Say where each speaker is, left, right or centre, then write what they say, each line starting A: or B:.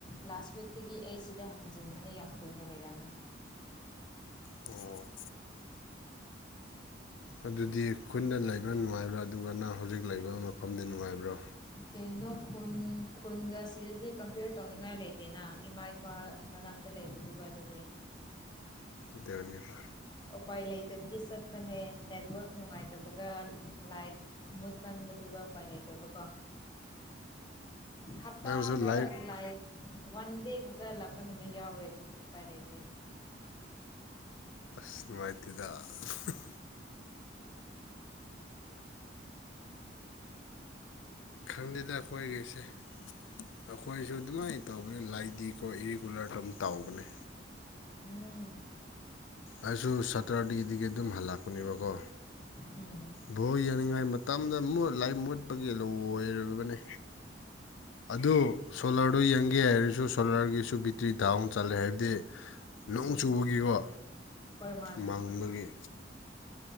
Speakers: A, on the left; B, on the left.
A: ꯂꯥꯁ ꯋꯤꯛꯇꯒꯤ ꯑꯩ ꯁꯤꯗ ꯍꯟꯖꯤꯟꯕꯅꯦ ꯌꯥꯝ ꯀꯨꯏꯅ ꯂꯩꯔꯝꯃꯦ
B: ꯄꯣ ꯑꯗꯨꯗꯤ ꯈꯨꯟꯗ ꯂꯩꯕ ꯅꯨꯡꯉꯥꯏꯕ꯭ꯔꯥ ꯑꯗꯨꯒꯅ ꯍꯧꯖꯤꯛ ꯂꯩꯕ ꯃꯐꯝꯗ ꯅꯨꯡꯉꯥꯏꯕ꯭ꯔꯥ
A: ꯀꯩꯅꯣ ꯈꯨꯟ ꯈꯨꯟꯒ ꯁꯤꯗꯗꯤ ꯀꯝꯄꯤꯌꯔ ꯇꯧꯅꯤꯡꯉꯥꯏ ꯂꯩꯇꯦꯅ ꯏꯃꯥ ꯏꯄꯥ ꯃꯅꯥꯛꯇ ꯂꯩꯕꯗꯨꯒ ꯑꯗꯨꯗꯤ
B: ꯑꯗꯨꯕ
A: ꯎꯄꯥꯏ ꯂꯩꯇꯕꯒꯤ ꯆꯠꯄꯅꯦ ꯅꯦꯠꯋꯥꯛ ꯅꯨꯡꯉꯥꯏꯇꯕꯒ ꯂꯥꯏꯛ ꯃꯨꯠ ꯀꯟꯕꯗꯨꯒ ꯎꯄꯥꯏ ꯂꯩꯇꯕ ꯀꯣ ꯍꯞꯇꯥꯗ
B: ꯅꯪꯁꯨ ꯂꯥꯏꯐ
A: ꯂꯥꯏꯛ ꯋꯥꯟ ꯗꯦ ꯈꯛꯇ ꯂꯥꯛꯄ ꯅꯨꯃꯤꯠ ꯌꯥꯎꯌꯦ ꯎꯄꯥꯏ ꯂꯩꯥꯇꯦ
B: ꯑꯁꯅꯋꯥꯥꯏ ꯑꯗꯨꯗ <unintelligible> ꯈꯪꯗꯦꯗ ꯑꯩꯈꯣꯏꯒꯤꯁꯦ ꯑꯩꯈꯣꯏꯁꯨ ꯑꯗꯨꯃꯥꯏꯅ ꯇꯧꯕꯅꯤ ꯂꯥꯏꯗꯤꯀꯣ ꯏꯔꯤꯒꯨꯂꯔ ꯑꯗꯨꯝ ꯇꯧꯕꯅꯦ
A: ꯎꯝ
B: ꯑꯩꯁꯨ ꯁꯇꯔꯗꯦꯗꯒꯤ ꯑꯗꯨꯝ ꯍꯜꯂꯛꯄꯅꯦꯕꯀꯣ
A: ꯎꯝ
B: ꯚꯣ ꯌꯦꯡꯅꯤꯡꯉꯥꯏ ꯃꯇꯝꯗ ꯃꯣꯠꯂꯥꯏ ꯃꯨꯠꯄꯒꯤ ꯂꯣꯏꯔꯕꯅꯤ ꯑꯗꯨ ꯁꯣꯂꯥꯔꯗꯨ ꯌꯦꯡꯒꯦ ꯍꯥꯏꯔꯁꯨ ꯁꯣꯂꯥꯔꯒꯤꯁꯨ ꯕꯦꯇ꯭ꯔꯤ ꯗꯥꯎꯟ ꯆꯠꯂꯦ ꯍꯥꯏꯕꯗꯤ ꯅꯣꯡ
A: ꯎꯝ
B: ꯆꯨꯕꯒꯤꯀꯣ
A: ꯍꯣꯏ ꯃꯥꯅꯦ
B: ꯃꯪꯕꯒꯤ